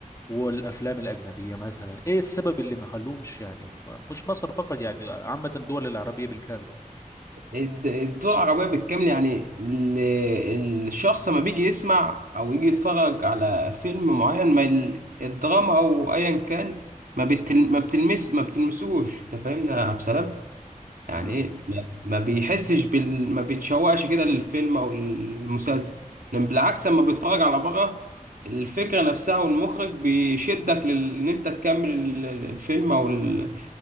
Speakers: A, on the left (about 20°); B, on the right (about 75°).
A: والافلام الاجنبيه مثلا ايه السبب اللي ما خلوهمش يعني مش مصر فقط يعني عامه الدول العربيه بالكامل
B: الد- الدول العربية بالكامل يعني ال- الشخص لما بيجي يسمع أو يجي يتفرج على فيلم معين ما ال- الدراما أو أيا كان ما بتل ما بتلمس ما بتلمسوش أنت فاهمنا يا عبد السلام؟ يعني
A: تمام
B: إيه ما ما بيحسش بال ما بيتشوقش كده للفيلم أو المسلسل لأن بالعكس لما بيتفرج على بره الفكرة نفسها والمخرج بيشدك لل- إن أنت تكمل ال- الفيلم أو ال-